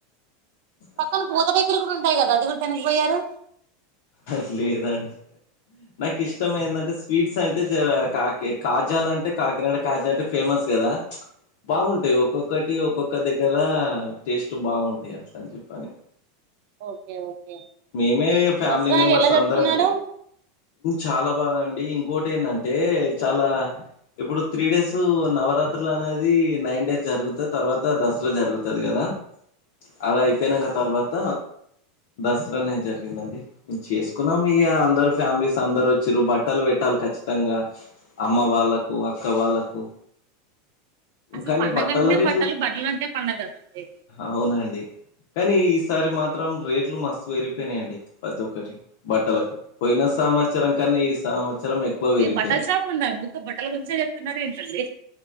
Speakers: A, on the right; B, on the left.
A: పక్కన
B: అట్లా
A: పూతరేకులు కూడా ఉంటాయి కదా అది కూడా తనిగిపోయారు
B: అది లేదా అండి నాకు ఇష్టం ఏంటంటే స్వీట్స్ అంటే కాకి కాజాల అంటే కాకినాడ కాజా అంటే ఫేమస్ కదా బాగుంటాయి ఒక్కొక్కటి ఒక్కొక్క దగ్గర టేస్ట్ బాగుంటాయి అట్లని చెప్పని
A: ఓకే ఓకే
B: మేమే ఫ్యామిలీ
A: దసరా
B: మెంబర్స్
A: ఎలా జరుపుకున్నారు
B: అందరం చాలా బాగా అండి ఇంకోటి ఏంటంటే చాలా ఇప్పుడు త్రీ డేస్ నవరాత్రులు అనేది నైన్ డేస్ జరుగుతా తర్వాత దసరా జరుగుతుది కదా అలా అయిపోయినాక తర్వాత దసరా అనేది జరిగిందండి చేసుకున్నాం ఇక అందరు ఫ్యామిలీస్ అందరు వచ్చారు బట్టలు పెట్టాలి ఖచ్చితంగా అమ్మ వాళ్ళకు అక్క వాళ్ళకు
A: అసలు
B: కానీ
A: పండగ
B: బట్టల
A: అంటేనే
B: రేట్లు
A: బట్టలు బట్టలు అంటే పండగ కదండి
B: అవున అండి కానీ ఈసారి మాత్రం రేట్లు మస్తు వరిగిపోయినాయండి ప్రతి ఒక్కటి బట్టలకు పోయిన సంవత్సరం కానీ ఈ సంవత్సరం ఎక్కువ
A: మీ
B: పెరిగిపోయినాయి
A: బట్టల షాప్ ఉంద అండి మీకు బట్టల గురించే చెప్తున్నార ఏంటండి